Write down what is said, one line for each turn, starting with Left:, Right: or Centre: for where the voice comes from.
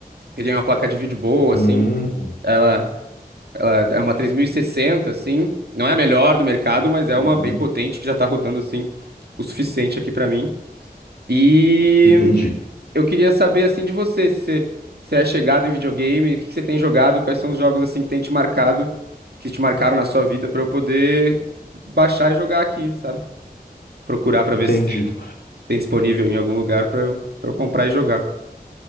Right: Peguei uma placa de vídeo boa,
Left: Hum,
Right: assim, ela, ela é uma 3060, assim, não é a melhor do mercado, mas é uma
Left: uhum.
Right: bem potente que já tá rodando, assim, o suficiente aqui pra mim. E...
Left: Entendi,
Right: eu queria saber assim de você, se você se é chegado em videogame, o que que você tem jogado, quais são os jogos assim que tem te marcado, que te marcaram na sua vida pra eu poder baixar e jogar aqui, sabe? Procurar pra
Left: entendido.
Right: ver se tem, tem disponível em algum lugar pra eu, para eu comprar e jogar.